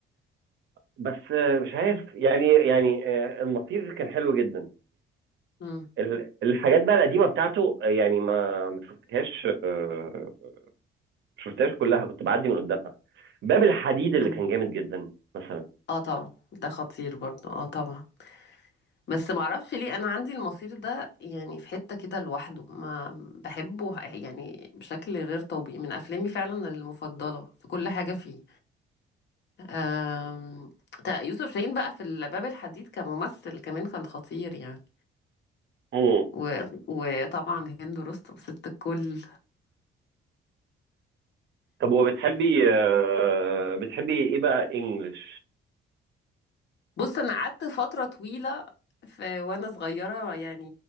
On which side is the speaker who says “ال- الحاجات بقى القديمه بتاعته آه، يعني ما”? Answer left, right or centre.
Right